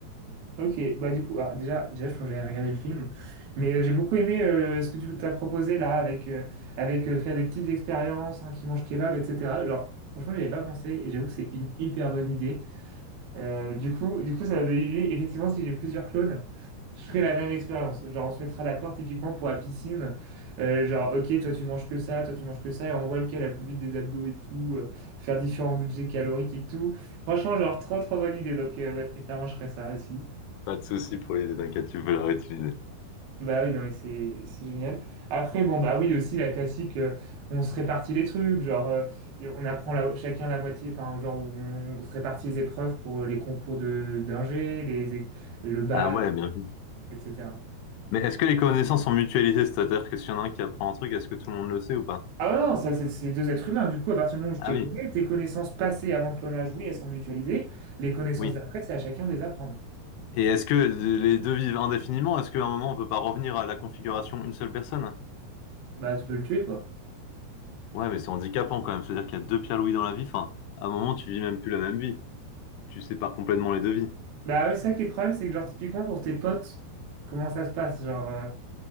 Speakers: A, on the right (about 60°); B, on the left (about 75°).
A: Ok, bah du coup, alors déjà, déjà, je pense que j'allais regarder le film, mais euh, j'ai beaucoup aimé euh, ce que tu t'as proposé là, avec, euh, avec euh, faire des petites expériences, hein, qui mangent kebab, etc. Genre, franchement, j'y avais pas pensé, et j'avoue que c'est une hyper bonne idée. Euh, du coup, du coup, ça m'a donné l'idée, effectivement, si j'ai plusieurs clones, Je ferai la même expérience. Genre, on se mettra d'accord typiquement pour la piscine. Euh, genre, ok, toi tu manges que ça, toi tu manges que ça, et on voit lequel a le plus vite des abdos et tout. euh, faire différents budgets caloriques et tout. Franchement, genre, trop trop bonne idée. Donc, euh, ouais, très clairement, je ferai ça aussi.
B: Pas de souci pour l'idée, t'inquiète, tu peux la réutiliser.
A: Bah oui, non, mais c'est c'est génial. Après, bon, bah oui, aussi la classique, euh, on se répartit les trucs. Genre, euh, et on apprend la- chacun la moitié, enfin, genre, on, on se répartit les épreuves pour les concours de d'ingé, les, é- le bac,
B: Ah ouais, bien vu.
A: etc.
B: Mais est-ce que les connaissances sont mutualisées? C'est-à-dire que s'il y en a un qui apprend un truc, est-ce que tout le monde le sait ou pas?
A: Ah ouais, non, ça, c'est c'est deux êtres humains. Du coup, à partir du moment où je
B: Ah
A: t'ai connu,
B: oui,
A: tes connaissances passées avant le clonage, oui, elles sont mutualisées. Les connaissances
B: oui.
A: d'après, c'est à chacun de les apprendre.
B: Et est-ce que les deux vivent indéfiniment? Est-ce qu'à un moment, on peut pas revenir à la configuration une seule personne?
A: Bah, tu peux le tuer, quoi.
B: Ouais, mais c'est handicapant quand même. C'est-à-dire qu'il y a deux Pierre Louis dans la vie. Enfin, à un moment, tu vis même plus la même vie. Tu sépares complètement les deux vies.
A: Bah ouais, ça qui est le problème, c'est que, genre, typiquement, pour tes potes, comment ça se passe? Genre, euh,